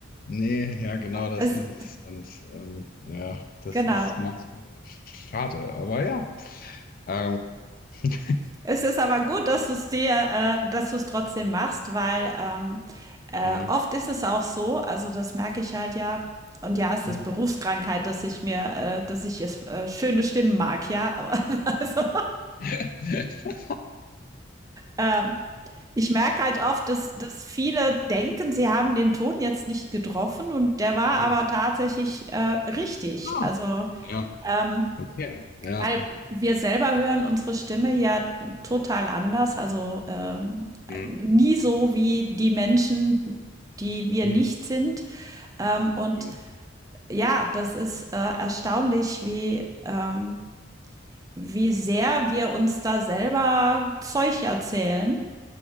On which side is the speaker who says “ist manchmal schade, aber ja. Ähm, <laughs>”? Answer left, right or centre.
Left